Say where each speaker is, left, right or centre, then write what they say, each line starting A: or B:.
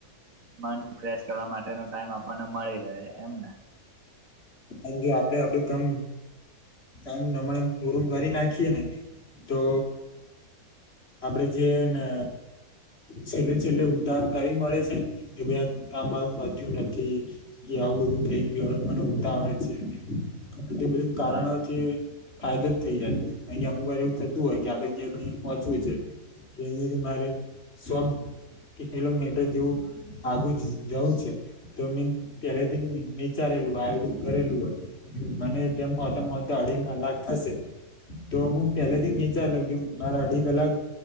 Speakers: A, on the right; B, on the left.
A: મન ફ્રેશ કરવા માટેનો ટાઈમ આપણને મળી રહે એમને
B: અને જો આપડે આપડું કમ એમ નમણે ગોર કરી નાખીએ ને તો આપડે જેને છેલ્લે છેલ્લે ઉહણ કરી મળે છે, ને કે ભ કામ મતલબ નથી આવું બધું થઈ ગયું હવે મને ઉતાવડ છે. આ તે બધું કારણોથી ફાયદો જ થઇ જાય કાર કે અમુક વાર એવું થતું હોય કે આપડે ક્યાં અહીયા પહોંચવું છે. કે અહીંથી મારે સ્વ કે હેલો મેટ્ર જેવું આગું જવું છે તો મે પેલાથી વિચારે આયોજન કરેલું હોય મને તેમ પોતા પોતા અઢી કલાક થશે. તો હું પેલાથી વિચાર લઉ કે મારા અઢી કલાક